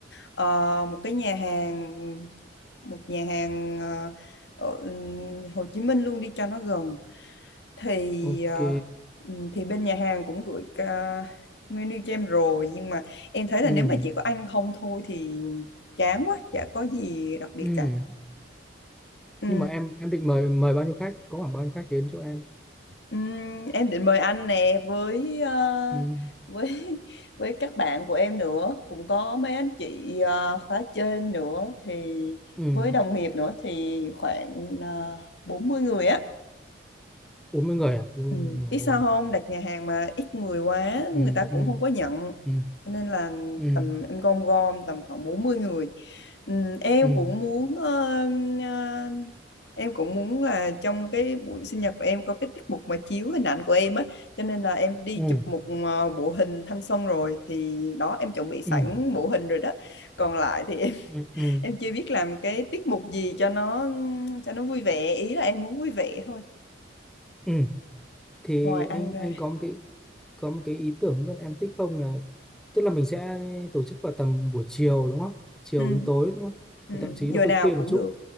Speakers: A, on the left (about 65°); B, in the centre.
A: ờ, một cái nhà hàng một nhà hàng ờ, ở Hồ Chí Minh luôn đi cho nó gần. Thì
B: Ok.
A: ờ, ừm, thì bên nhà hàng cũng gửi ca- menu cho em rồi nhưng mà em thấy là
B: Ừ.
A: nếu mà chỉ có ăn không thôi thì chán quá, chả có gì đặc biệt
B: Ừ.
A: cả.
B: Nhưng mà em em định mời mời bao nhiêu khách? Có khoảng bao nhiêu khách đến chỗ em?
A: Ừm, em định mời anh nè với ờ,
B: Ừ.
A: với <laughs> với các bạn của em nữa cũng có mấy anh chị ờ, khóa trên nữa thì
B: ừ
A: với đồng nghiệp nữa thì khoảng uh, 40 người á
B: 40 người à ừ,
A: Ừ. Biết sao
B: ôi.
A: không đặt nhà hàng mà ít người quá
B: ừ
A: người ta
B: ừ
A: cũng không có nhận
B: ừ
A: cho nên là
B: ừ
A: tầm em gom gom tầm khoảng 40 người ừ, em
B: ừ
A: cũng muốn ờ, ờ, em cũng muốn là trong cái buổi sinh nhật của em có cái tiết mục mà chiếu hình ảnh của em á cho nên là em đi
B: ừ
A: chụp một ờ, bộ hình thanh xuân rồi thì đó em chuẩn bị
B: ừ
A: sẵn bộ hình rồi đó còn lại thì em <laughs>
B: ừ ừ ừ.
A: em chưa biết làm cái tiết mục gì cho nó cho nó vui vẻ ý là em muốn vui vẻ thôi
B: Ừ. thì
A: ngoài ăn
B: anh
A: ra
B: anh có một cái có một cái ý tưởng bên em thích không là tức là mình sẽ tổ chức vào tầm buổi chiều đúng không chiều
A: ừ.
B: đến tối đúng không
A: Ừ,
B: Và
A: ừ,
B: thậm chí
A: giờ
B: là khuya
A: nào
B: khuya một
A: cũng
B: chút
A: được.